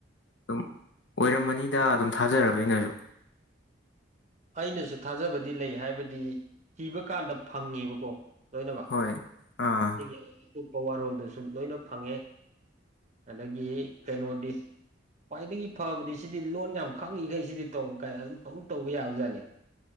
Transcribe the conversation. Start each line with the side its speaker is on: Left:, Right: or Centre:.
Left: ꯑꯗꯨꯝ ꯑꯣꯏꯔꯝꯃꯅꯤꯗ ꯑꯗꯨꯝ ꯊꯥꯖꯔꯕ ꯑꯩꯅꯁꯨ
Right: ꯑꯩꯅꯁꯨ ꯊꯥꯖꯕꯗꯤ ꯂꯩ ꯍꯥꯏꯕꯗꯤ ꯏꯤꯕ ꯀꯥꯟꯗ ꯐꯪꯉꯦꯕꯀꯣ ꯂꯣꯏꯃꯛ
Left: ꯍꯣꯏ ꯑꯥ
Right: ꯁꯤꯒꯤ ꯑꯇꯣꯞꯄ ꯋꯥꯔꯣꯜꯗꯨꯁꯨ ꯂꯣꯏꯅ ꯐꯪꯉꯦ ꯑꯗꯒꯤ ꯀꯩꯅꯣꯗꯤ ꯈ꯭ꯋꯥꯏꯗꯒꯤ ꯐꯕꯗꯤ ꯁꯤꯗꯤ ꯂꯣꯟ ꯌꯥꯝ ꯈꯪꯉꯤꯈꯩ ꯁꯤꯗꯤ ꯇꯧ ꯀꯥꯢꯅ ꯑꯗꯨꯝ ꯇꯧ ꯇꯧꯕ ꯌꯥꯕꯖꯥꯠꯅꯤ